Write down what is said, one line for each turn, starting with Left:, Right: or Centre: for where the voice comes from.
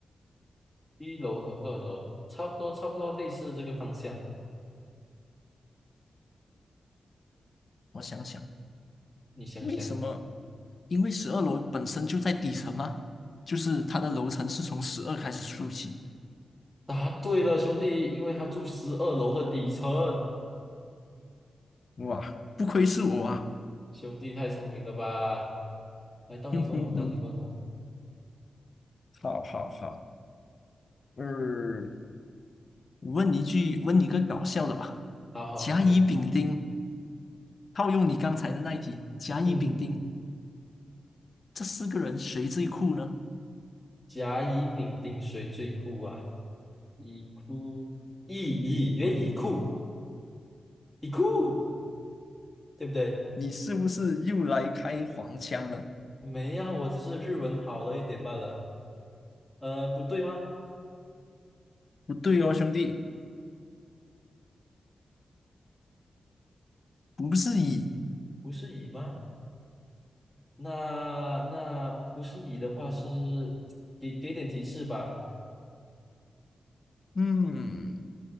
Centre: 一楼和二楼差不多，差不多类似这个方向，
Left: 我想想，
Centre: 你想想，
Left: 为什么？因为十二楼本身就在底层嘛，就是它的楼层是从十二开始数起。
Centre: 答对了，兄弟，因为他住十二楼的底层，
Left: 哇，不愧是我啊！
Centre: 兄弟太聪明了吧？来，到你问我，
Left: <laughs> 哼哼哼，
Centre: 到你问我，
Left: 好好好，呃，问你一句，问你个搞笑的吧。
Centre: 好好，OK。
Left: 甲乙丙丁，套用你刚才的那一题，甲乙丙丁
Centre: 嗯，
Left: 这四个人谁最酷呢？
Centre: 甲乙丙丁谁最酷啊？乙酷乙乙，因为乙酷乙酷，对不对？
Left: 你是不是又来开黄腔了？
Centre: 没呀、我只是日文好了一点罢了。呃，不对吗？
Left: 不对哦，兄弟。不是乙，
Centre: 不是乙吗？那那不是乙的话是给给点提示吧。
Left: 嗯，